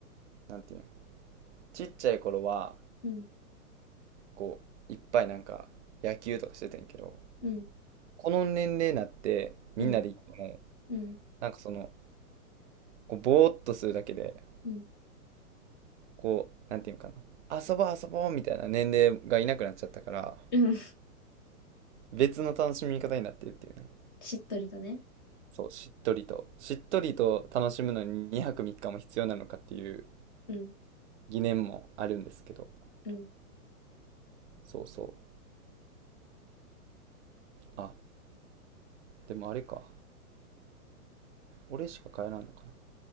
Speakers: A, on the right (about 50°); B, on the left (about 15°).
A: なんていうのちっちゃい頃は
B: うん。
A: こういっぱいなんか野球とかしてたんけど
B: うん。
A: この年齢になってみんなで行っても
B: うん。うん。
A: なんかそのこうぼーっとするだけで
B: うん。
A: こうなんていうのかな遊ぼう遊ぼうみたいな年齢がいなくなっちゃったから
B: <laughs> うん
A: 別の楽しみ方になってるっていうね
B: しっとりとね。
A: そうしっとりとしっとりと楽しむのに2泊3日も必要なのかっていう
B: うん。
A: 疑念もあるんですけど
B: うん。
A: そうそうあでもあれか。俺しか帰らんのか